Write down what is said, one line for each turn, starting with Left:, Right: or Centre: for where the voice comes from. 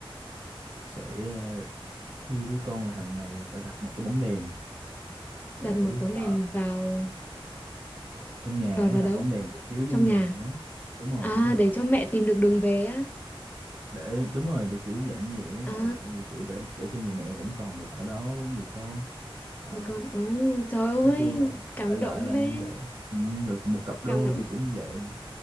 Right: sẽ ờ, kêu đứa con là hàng ngày là phải đặt một cái bóng đèn
Left: Đặt
Right: để
Left: một bóng
Right: ở
Left: đèn vào
Right: trong nhà
Left: vào
Right: á,
Left: vào
Right: đặt
Left: đâu?
Right: bóng đèn để chiếu
Left: Trong
Right: trong nhà
Left: nhà.
Right: á. đúng rồi
Left: À,
Right: đúng rồi
Left: để cho mẹ tìm được đường về á.
Right: để đúng rồi để kiểu dạng như vậy
Left: À,
Right: đại loại vậy kiểu để để cho người mẹ vẫn còn được ở đó với người con đó
Left: thì con. Ồ, trời ơi,
Right: nói chung là
Left: cảm
Right: đại loại
Left: động
Right: là
Left: đấy.
Right: như vậy ừ, rồi một cặp đôi
Left: Cảm động.
Right: thì cũng như vậy